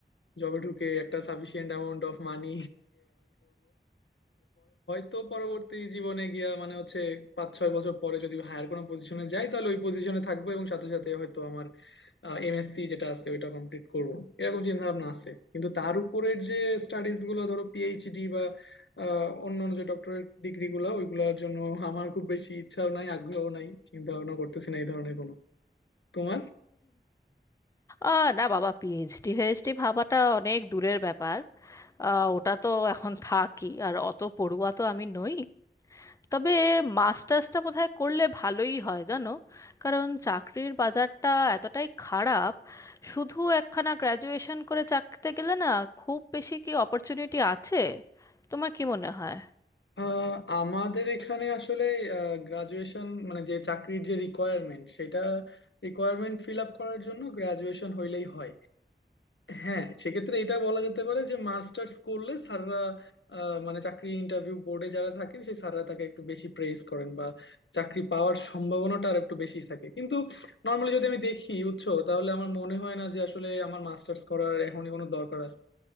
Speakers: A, on the left; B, on the left.
A: জবে ঢুকে একটা সাফিসিয়েন্ট অ্যামাউন্ট অফ মানি <laughs> আগে আর্ন করব তারপরে হয়তো পরবর্তী জীবনে গিয়া মানে হচ্ছে পাঁচ ছয় বছর পরে যদি হায়ার কোনো পজিশনে যাই তাহলে ওই পজিশনে থাকবো এবং সাথে সাথে হয়তো আমার এমএসসি যেটা আছে ওইটা কমপ্লিট করব এরকম চিন্তা ভাবনা আছে কিন্তু তার উপরের যে স্টাডিজ গুলো ধরো পিএইচডি বা আহ, অন্য অন্য যে ডক্টরেট ডিগ্রি গুলো ওইগুলোর জন্য আমার খুব বেশি ইচ্ছাও নাই আগ্রহ নাই চিন্তা ভাবনা করতেছি না এই ধরনের কোনো তোমার
B: আহ না বাবা পিএইচডি ফিএইচডি ভাবাটা অনেক দূরের ব্যাপার আহ, ওটা তো এখন থাকি আর অত পড়ুয়া তো আমি নই তবে মাস্টার্সটা বোধহয় করলে ভালোই হয় জানো কারণ চাকরির বাজারটা এতটাই খারাপ শুধু একখানা গ্র্যাজুয়েশন করে চাকরিতে গেলে না খুব বেশি কি অপরচুনিটি আছে তোমার কি মনে হয়
A: আহ, আমাদের এখানে আসলে গ্রাজুয়েশন মানে যে চাকরির যে রিকোয়ারমেন্ট সেটা রিকোয়ারমেন্ট ফিল আপ করার জন্য গ্রাজুয়েশন হইলেই হয় হ্যাঁ সেক্ষেত্রে এটা বলা যেতে পারে যে মাস্টার্স করলে স্যাররা আহ, মানে চাকরি ইন্টারভিউ বোর্ডে যারা থাকেন সেই স্যাররা তাকে একটু বেশি প্রেস করেন বা চাকরি পাওয়ার সম্ভাবনাটা আর একটু বেশি থাকে কিন্তু নর্মালি যদি আমি দেখি বুঝছো তাহলে আমার মনে হয় না যে আসলে আমার মাস্টার্স করার এখনই কোনো দরকার আছে